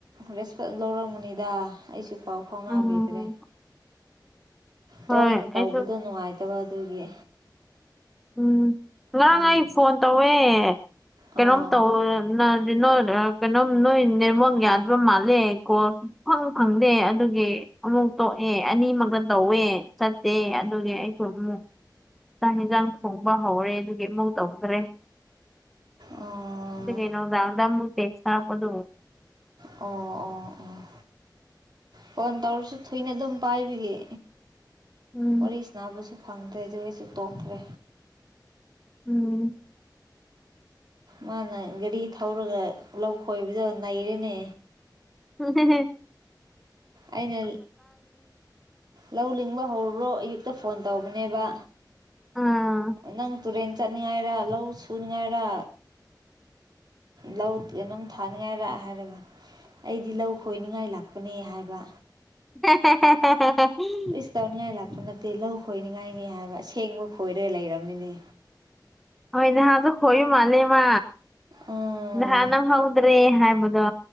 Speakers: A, on the right; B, in the centre.
A: ꯔꯦꯁꯄꯣꯟ ꯂꯧꯔꯝꯃꯨꯅꯤꯗ ꯑꯩꯁꯨ ꯄꯥꯎ ꯐꯥꯎꯅꯕꯤꯗ꯭ꯔꯦ
B: ꯎꯝ ꯍꯣꯏ
A: ꯇꯣꯏꯅ ꯇꯧꯕꯗꯣ
B: ꯑꯩꯁꯨ
A: ꯅꯨꯡꯉꯥꯏꯇꯕ ꯑꯗꯨꯒꯤ
B: ꯎꯝ ꯉꯔꯥꯡ
A: ꯑꯗꯨꯒꯤ
B: ꯑꯩ ꯐꯣꯟ ꯇꯧꯋꯦ
A: ꯑꯥ
B: ꯀꯩꯅꯣꯝ ꯇꯧ ꯅꯣ ꯀꯩꯅꯣ ꯅꯣꯏ ꯅꯤꯔꯃꯜ ꯌꯥ ꯑꯗꯨꯕ ꯃꯜꯦ ꯑꯩꯣ ꯈꯪꯉ ꯈꯪꯗꯦ ꯑꯗꯨꯒꯤ ꯑꯃꯨꯛ ꯇꯣꯛꯑꯦ ꯑꯅꯤꯃꯛꯇ ꯇꯧꯋꯦ ꯆꯠꯇꯦ ꯑꯗꯨꯒꯤ ꯑꯩꯁꯨ ꯑꯃꯨꯛ ꯆꯥꯡ ꯌꯦꯟꯁꯥꯡ ꯊꯣꯡꯕ ꯍꯧꯔꯦ ꯑꯗꯨꯒꯤ ꯑꯃꯧ ꯇꯧꯗ꯭ꯔꯦ
A: ꯑꯥ
B: ꯑꯗꯨ ꯀꯩꯅꯣꯗꯝꯗꯝꯦꯛꯁꯄ ꯑꯗꯨ
A: ꯑꯣ ꯑꯣ ꯑꯣ ꯐꯣꯟ ꯇꯧꯔꯁꯨ ꯊꯨꯅ ꯑꯗꯨꯝ ꯄꯥꯏꯕꯒꯤ
B: ꯎꯝ
A: ꯋꯥꯔꯤꯁꯤꯕꯨꯁꯨ ꯐꯪꯗ꯭ꯔꯦ ꯑꯗꯨ ꯑꯩꯁꯨ ꯇꯣꯛꯈ꯭ꯔꯦ
B: ꯎꯝ
A: ꯃꯥꯅ ꯒꯥꯔꯤ ꯊꯧꯔꯒ ꯂꯧ ꯈꯣꯏꯕꯗꯣ ꯅꯩꯔꯦꯅꯦ
B: ꯎ ꯍ ꯍ
A: ꯑꯩꯅ ꯂꯧ ꯂꯤꯡꯕ ꯍꯧꯔꯕ꯭ꯔꯣ ꯑꯌꯨꯛꯇ ꯐꯣꯟ ꯇꯧꯕꯅꯦꯕ
B: ꯑꯥ
A: ꯅꯪ ꯇꯨꯔꯦꯟ ꯆꯠꯅꯤꯡꯉꯥꯏꯔ ꯂꯧ ꯁꯨꯅꯤꯉꯥꯏꯔ ꯂꯧ ꯑꯗꯨꯝ ꯊꯥꯅꯤꯡꯉꯥꯏꯔ ꯍꯥꯏꯔꯒ ꯑꯩꯗꯤ ꯂꯧ ꯈꯣꯏꯅꯤꯡꯉꯥꯏ ꯂꯥꯛꯄꯅꯦ ꯍꯥꯏꯕ
B: ꯍ‌ꯦ
A: ꯀꯔꯤꯁꯨ ꯇꯧꯅꯤꯡꯉꯥꯏ ꯂꯥꯛꯄ ꯅꯠꯇꯦ ꯂꯧ ꯈꯣꯏꯅꯤꯡꯉꯥꯏꯅꯤ ꯍꯥꯏꯕ ꯑꯁꯦꯡꯕ ꯈꯣꯏꯔꯒ ꯂꯩꯔꯝꯃꯤꯅꯦ
B: ꯍꯣꯏ ꯅꯍꯥꯁꯨꯣ ꯍꯣꯏꯌꯨ ꯃꯥꯜꯂꯦꯃ
A: ꯎꯝ
B: ꯅꯍꯥꯟ ꯅꯪ ꯍꯧꯗ꯭ꯔꯦ ꯍꯥꯏꯕꯗꯣ